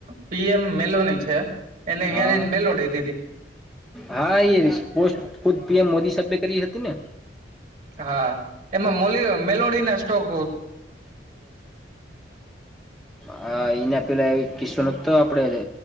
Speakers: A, on the right; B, in the centre.
A: પીએમ મેલોની છે એને ઇયા
B: હા
A: ની મેલોડઈ દીધી
B: હા એ પોસ્ટ ખુદ પીએમ મોદી સાહેેબ કરી કરી હતી ને
A: હા એમા મોલી મેલોડી ને ગત <inaudible>
B: હ એને પેલા એ કિસ્સો નો તો આપડે